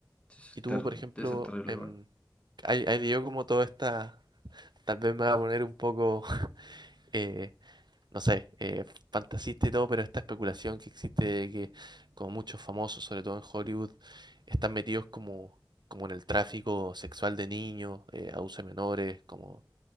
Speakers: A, on the left (about 15°); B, on the right (about 85°).
A: eso es
B: y tú,
A: ter-
B: por ejemplo,
A: debe ser terrible
B: em,
A: igual.
B: ahí, ahí yo como toda esta, tal vez me va a poner un poco <laughs> eh, no sé, eh, fantasista y todo, pero esta especulación que existe de que como muchos famosos, sobre todo en Hollywood, están metidos como, como en el tráfico sexual de niños, eh, abuso de menores, como,